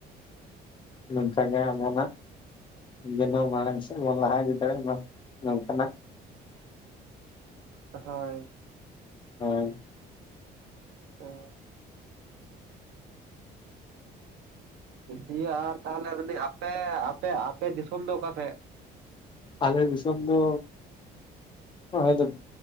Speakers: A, on the left; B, on the right.
A: ᱱᱚᱝᱠᱟ ᱜᱮ ᱟᱵᱚᱱᱟᱜ ᱡᱮᱱᱚ ᱢᱟᱲᱟᱝ ᱥᱮᱫ ᱵᱚᱱ ᱞᱟᱦᱟ ᱤᱫᱤ ᱫᱟᱲᱮᱭᱟᱜ ᱢᱟ ᱱᱚᱝᱠᱟᱱᱟᱜ
B: ᱦᱳᱭ
A: ᱦᱳᱭ
B: ᱚ ᱫᱤᱭᱮ ᱟᱨ ᱛᱟᱦᱟᱞᱮ ᱢᱮᱱᱫᱟᱹᱧ ᱟᱯᱮ ᱟᱯᱮ ᱟᱯᱮ ᱫᱤᱥᱚᱢ ᱫᱚ ᱚᱠᱟᱥᱮᱫ?
A: ᱟᱞᱮ ᱫᱤᱥᱚᱢ ᱫᱚ ᱚᱭ ᱫᱚᱯ